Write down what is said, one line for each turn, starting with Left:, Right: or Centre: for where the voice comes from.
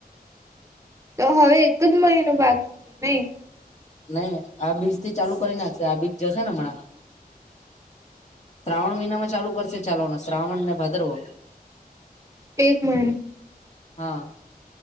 Right: તો હવે એક જ મહિનો બાકી નહી.
Left: નહી આ બીજ થી ચાલુ કરી નાખશે આ બીજ જશે ને હમણાં. શ્રાવણ મહિનામાં ચાલુ કરશે ચાલવાનો શ્રાવણ ને ભાદરવો.
Right: એક મહિનો
Left: હા